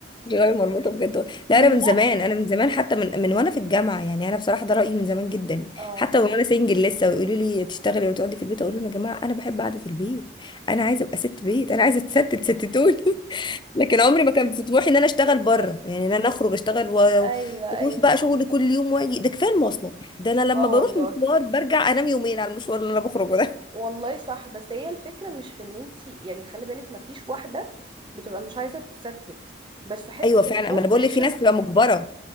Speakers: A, on the left; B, on the right.
A: مش غاوية مرمطة بجد والله. لا
B: لا
A: انا من زمان انا من زمان حتى من من وانا في الجامعة يعني انا بصراحة ده رأيي من زمان جدا
B: اه
A: حتى وانا سنجل لسه ويقولوا لي تشتغلي وتقعدي في البيت اقول لهم يا جماعة انا بحب قعدة البيت انا عايزة ابقى ست بيت انا عايزة اتستت ستتوني <laughs> لكن عمري ما كان في طموحي ان انا اشتغل بره يعني ان انا اخرج اشتغل و-
B: ايوه
A: واروح
B: ايوه
A: بقى شغل كل يوم واجي ده كفايه المواصلات ده انا لما
B: اه
A: بروح
B: والله
A: مشوار برجع انام يومين على المشوار اللي انا بخرجه ده
B: والله صح بس هي الفكره مش في ان انت يعني خلي بالك ما فيش واحده بتبقى مش عايزه تتستت بس
A: <laughs>
B: حته
A: ايوه فعلا
B: التراست
A: اما انا بقول
B: ايشوز
A: لك في ناس بتبقى مجبره